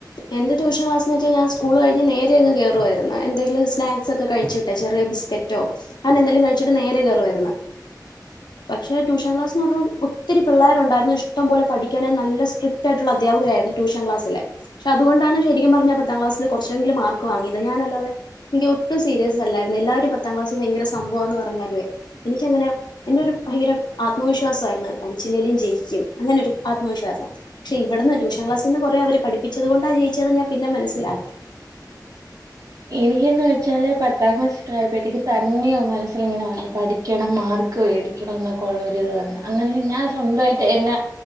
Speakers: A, on the left; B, on the right.
A: എന്റെ ട്യൂഷൻ ക്ലാസ്ന്ന് വച്ചാൽ സ്കൂള് കഴിഞ് നേരെ അങ്ങ് കേറുായിരുന്നു എന്തെങ്കും സ്നാക്സ് ഒക്ക കഴിച്ചിട്ടച്ചേ ചെറിയ ബിസ്ക്കറ്റോ അങ്ങനെ എന്തെലും കഴിച്ച്ട്ട് നേരെ കേറുവായ്ര്ന്ന് പക്ഷേ ട്യൂഷൻ ക്ലാസ്സ്ന്ന് പറഞ്ഞു ഒത്തിരി പിള്ളേരുണ്ടായിരുന്നു ഇഷ്ടം പോലെ പഠിക്കാന നല്ല സ്ട്രിക്റ്റ് ആയിട്ടുള്ള അധ്യാപകരായി യിരുന്നു ട്യൂഷൻ ക്ലാസ്സി ല് പക്ഷെ അതുകൊണ്ടാണ് ശരിക്കും പറഞ്ഞ പത്താം ക്ലാസിൽ കുറച്ചെങ്കിലും മാർക്ക് വാങ്ങിയത്ഞാനല്ലാതെ എനിക്ക് ഒട്ടും സീരിയസ് അല്ലായിരുന്നു എല്ലാവരും പത്താം ക്ലാസ് ഭയങ്കര സംഭവാന്ന് പറഞ്ഞാലുവേ എനിക്കങ്ങനെ എന്റൊരു ഭയങ്കര ആത്മവിശ്വാസായ്ര് ന്ന് പഠിച്ചില്ലേലും ജെയിക്കും അങ്ങനെരു ആത്മവിശ്വാസാ പക്ഷെ ഇവട്ന്ന് ട്യൂഷൻ ക്ലാസീന്ന് കൊറേ അവര് പഠി പഠിപ്പിച്ചത് കൊണ്ടാ ജയിച്ചെന്ന് ഞാൻ പിന്നെ മനസ്സിലാക്കി
B: എനിക്കിന്ന് വെച്ചാല് പത്താം ക്ലാസ്ക്കെ ആയപ്പോഴത്തേക്കും തന്നെയോ മനസ്സിൽ ഇങ്ങനെ വന്ന് പഠിക്കണം മാർക്ക് പേടിക്കണം ന്നൊക്കെ ഒള്ളാെര്ത് വന്ന് അങ്ങനെ ഞാൻ സ്വന്തായ്ട്ട് എന്നെ